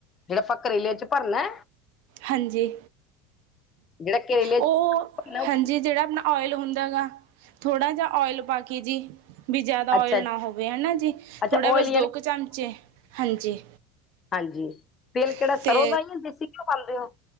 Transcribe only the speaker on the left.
ਜੇੜਾ ਅਪਾਂ ਕਰੇਲੇਆਂ ਚ ਭਰਨਾ।
ਜਿਹੜਾ ਕਰੇਲੇ ਚ
ਅੱਛਾ
ਜੀ
ਅੱਛਾ
ਓਇਲ
ਯਾਨੀ
ਹਾਂਜੀ, ਤੇਲ ਕੇੜਾ
ਸਰੋਂ ਦਾ ਯਾ ਦੇਸੀ ਘਿਓ ਪਾਂਦੇ ਓ?